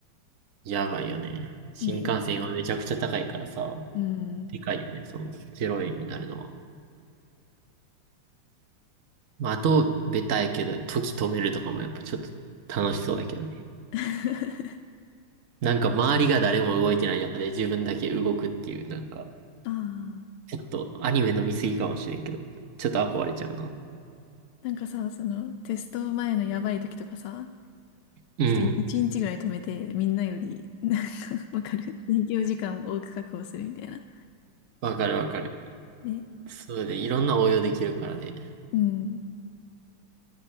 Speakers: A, on the right; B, on the left.
A: やばいよね。新幹線今めちゃくちゃ高いからさ、
B: ね、うん。
A: でかいよね、その0円になるのは。まあ、あと、ベタやけど、時止めるとかもやっぱちょっと楽しそうだけどね。
B: <laughs>
A: なんか周りが誰も動いてない中で自分だけ動くっていう、なんか、
B: ああ、
A: ちょっとアニメの見過ぎかもしれんけど、ちょっと憧れちゃうな。
B: なんかさ、そのテスト前のやばい時とかさ、
A: うん。
B: ちょっとい一日ぐらい止めて、みんなより、なんか、わかる勉強時間を多く確保するみたいな。
A: わかるわかる。
B: ね、
A: そうね、いろんな応用できるからね。
B: うん。